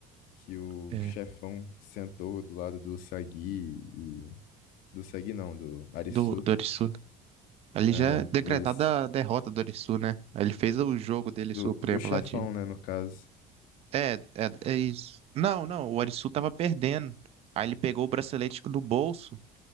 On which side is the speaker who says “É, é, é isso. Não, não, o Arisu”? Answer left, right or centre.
Right